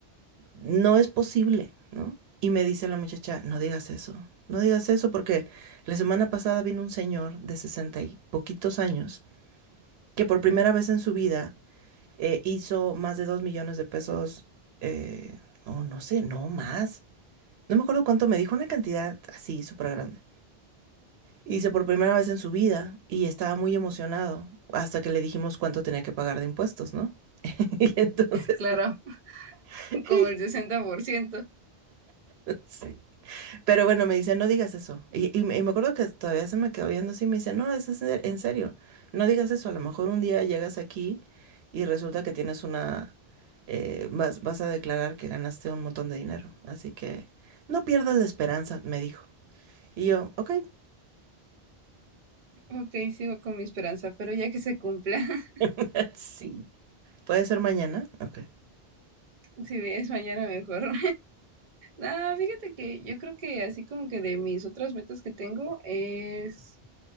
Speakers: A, on the right; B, on the right.
A: no es posible, ¿no? Y me dice la muchacha, no digas eso, no digas eso porque la semana pasada vino un señor de 60 y poquitos años que por primera vez en su vida eh, hizo más de 2 millones de pesos, eh, o oh, no sé, no más. No me acuerdo cuánto me dijo, una cantidad así súper grande. Hizo por primera vez en su vida y estaba muy emocionado hasta que le dijimos cuánto tenía que pagar de impuestos, ¿no? <laughs> y entonces,
B: claro, <laughs>
A: <laughs>
B: como el sesenta por ciento
A: sí. Pero bueno, me dice, no digas eso. Y, y me y me acuerdo que todavía se me quedó viendo así, me dice, no, eso es en en serio, no digas eso. A lo mejor un día llegas aquí y resulta que tienes una, eh, vas, vas a declarar que ganaste un montón de dinero. Así que no pierdas la esperanza, me dijo. Y yo, ok,
B: Ok, sigo con mi esperanza, pero ya que se cumpla, <laughs>
A: <laughs> Sí. puede ser mañana. Ok.
B: si es mañana mejor. Ah, fíjate que yo creo que así como que de mis otras metas que tengo es